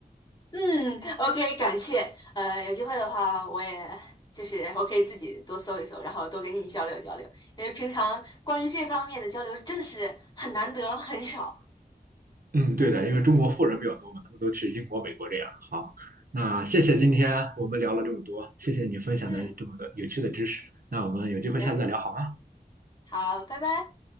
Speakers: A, on the left; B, on the right.
A: 嗯，OK，感谢。呃，有机会的话，我也就是我可以自己多搜一搜，然后多跟你交流交流，因为平常关于这方面的交流真的是很难得，很少。
B: 嗯，对的，因为中国富人比较多嘛，他们都去英国、美国这样。好，那谢谢今天我们聊了这么多，谢谢你分享的这么多有趣的知识。
A: 嗯，
B: 那我们有机会下次再聊好吗？
A: 嗯，好，拜拜。